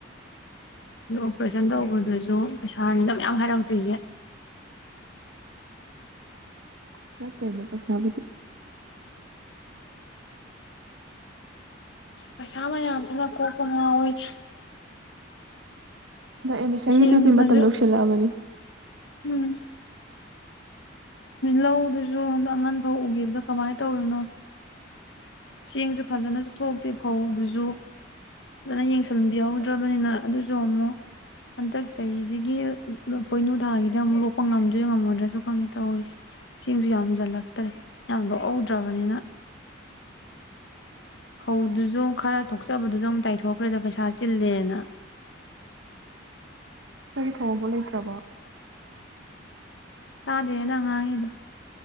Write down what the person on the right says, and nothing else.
ꯉꯥꯛꯇꯅꯦ ꯄꯩꯁꯥꯕꯨꯗꯤ
ꯑꯗꯣ ꯑꯩ ꯃꯤꯁꯪꯒꯤꯗꯨꯗꯤ
ꯃꯇꯝ ꯌꯧꯁꯜꯂꯛꯑꯕꯅꯤ
<unintelligible> ꯂꯩꯇ꯭ꯔꯕꯣ